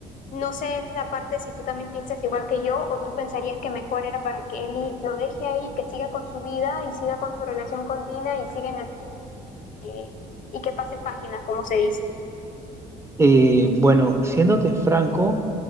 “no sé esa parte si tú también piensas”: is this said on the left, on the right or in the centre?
Left